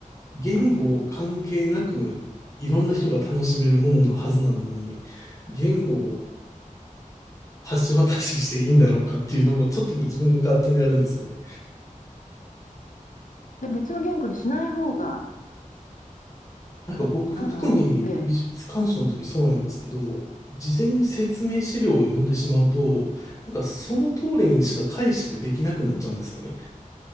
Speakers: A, on the left; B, on the left.
A: 言語関係なくいろんな人が楽しめるもののはずなのに、言語を橋渡ししていいんだろうかっていうのもちょっと自分の葛藤にあるんですよね。
B: え、別の言語にしない方が、
A: なんか僕、
B: あの、
A: 特に美術鑑賞の時そうなんですけど、
B: ええ、
A: 事前に説明資料を読んでしまうと、なんかその通りにしか解釈できなくなっちゃうんですよね。